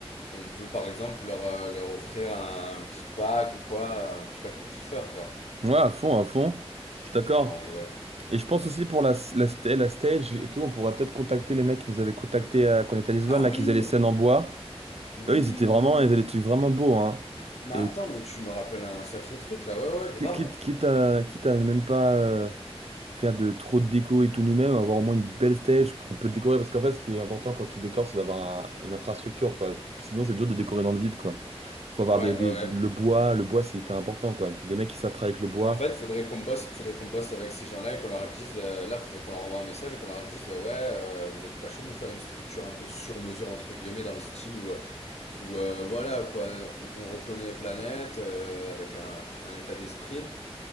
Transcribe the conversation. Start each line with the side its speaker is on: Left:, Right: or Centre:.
Left: On peut, par exemple, leur, euh, leur offrir un, un petit pack ou quoi, un petit pack de kiffeurs, quoi,
Right: Ouais, à fond, à fond. Je suis d'accord.
Left: en vrai.
Right: Et je pense aussi pour la, la, sta- la stage et tout, on pourrait peut-être contacter les mecs qui nous avaient contactés euh, quand on était à Lisbonne,
Left: Ah
Right: là,
Left: oui
Right: qui faisaient les scènes en bois.
Left: Oui,
Right: Eux, ils étaient
Left: oui,
Right: vraiment,
Left: oui,
Right: ils
Left: oui.
Right: avaient des
Left: oui.
Right: trucs vraiment beaux, hein.
Left: Mais
Right: Et
Left: attends, mais tu me rappelles un sacré truc, là, ouais, ouais,
Right: qui-
Left: grave.
Right: quitte, quitte à, quitte à même pas euh, faire de trop de déco et tout nous-mêmes, avoir au moins une belle stage qu'on peut décorer. Parce qu'en fait, ce qui est important quand tu décores, c'est d'avoir un- une infrastructure, quoi. Sinon, c'est dur de décorer dans le vide, quoi. Faut avoir
Left: Ouais, ouais,
Right: des, des-
Left: ouais.
Right: du- le bois, le bois, c'est hyper important, quoi. Des mecs qui savent travailler avec le bois.
Left: En fait, faudrait qu'on bosse, faudrait qu'on bosse avec ces gens-là et qu'on leur dise, euh, là, faudrait qu'on leur envoie un message et qu'on leur dise, euh, ouais, euh, vous êtes pas chaud de nous faire une structure un peu sur mesure entre guillemets dans le style où, euh, où euh, voilà quoi, on, on reconnaît Planète euh, avec un, un état d'esprit.